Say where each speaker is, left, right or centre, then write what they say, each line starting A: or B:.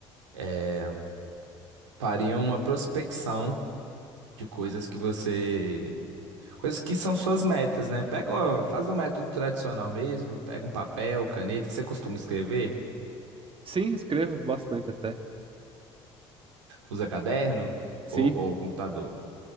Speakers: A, on the right; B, on the right.
A: é, faria uma prospecção de coisas que você, coisas que são suas metas, né? Pega, ó, faz o método tradicional mesmo, pega um papel, caneta, você costuma escrever?
B: Sim, escrevo bastante até.
A: Usa caderno ou,
B: Sim.
A: ou computador?